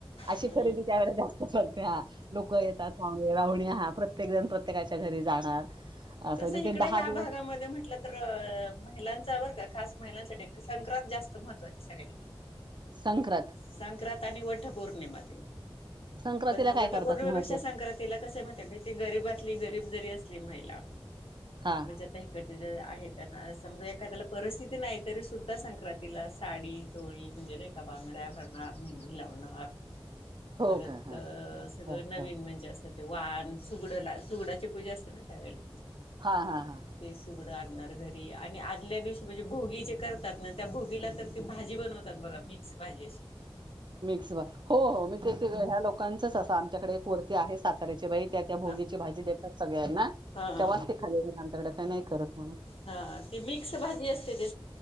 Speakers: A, on the right; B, on the left.
A: अशी
B: हम्म.
A: खरेदी त्यावेेळे जास्त चालत्या लोक येतात. पाहूणे राहुणे हा प्रत्येक जण प्रत्येकाच्या घरी जाणार. असं
B: तसं
A: म्हणजे ते
B: इकडे ह्या
A: दिवस
B: भागामध्ये म्हटल. तर महिलांचा बरं का खास महिलांसाठी संक्रांत जास्त महत्त्वाची सगळ्यांना.
A: संक्रांत.
B: संक्रांत आणि वठ पौर्णिमाते.
A: संक्रांतीला
B: पण
A: काय
B: वटपौर्णिपेक्षा
A: करतात महत्त्व?
B: संक्रांतीला कस माहि. ती गरीबातली गरीब जरी असली महिला.
A: हां.
B: <unintelligible> जे आहेत त्यांना समजा एखाद्याला परिस्थिती नाही तरी सुद्धा संक्रांत. तिला साडी चोळी म्हणजे नाही का बांगड्या भरणार मेहंदी लावणार.
A: हो
B: परत
A: का? हां.
B: सगळं
A: हां,
B: नवीन.
A: हां.
B: म्हणजे असं ते वान सुगड ला सुगडाची पूजा असते ना त्यावेळेल.
A: हा हा हम्म.
B: ते सुगडं आणणार घरी आणि आदल्या दिवशी म्हणजे भोगी जे करतात. न त्या भोगीला तर ते भाजी बनवतात बघा. मिक्स भाजी अशी
A: मिक्स भा हो हो मी ते. तिज ह्या लोकांचच असं आमच्याकडे एक वर्ती आहे साताऱ्याची बाई. त्या त्या
B: हा
A: भोगीचे भाजी देतात सगळ्यांना
B: हा
A: तेव्हाच ते खाली <inaudible> काही नाही करत. म्हणा.
B: हा ते मिक्स भाजी असते ते